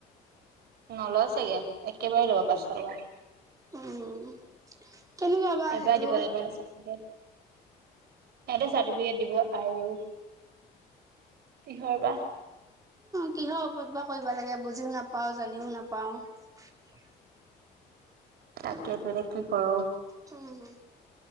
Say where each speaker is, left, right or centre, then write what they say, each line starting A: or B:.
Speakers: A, on the right (about 70°); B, on the right (about 20°).
A: নলয় চাগে একেবাৰে ল'ব পাঁচশ টকা।
B: উম। কেনেকুৱা বা
A: এবাই
B: সেইটো
A: দিব লাগিব। সিহতে চাৰ্টিফিকেট দিব আৰু। কিহৰ বা।
B: কিহৰ ওপৰত বা কৰিব লাগে বুজিও নাপাও জানিও নাপাও।
A: তাকেইতো এতিয়া কি কৰো।
B: হম হম।